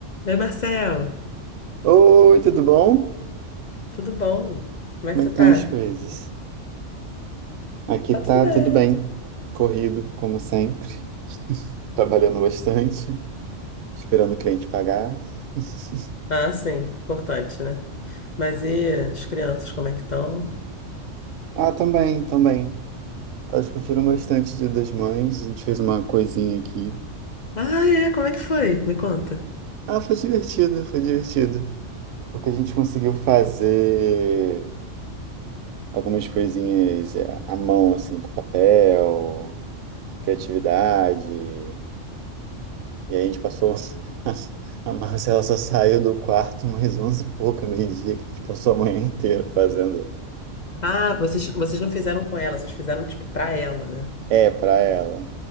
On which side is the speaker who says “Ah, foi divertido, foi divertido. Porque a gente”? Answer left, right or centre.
Right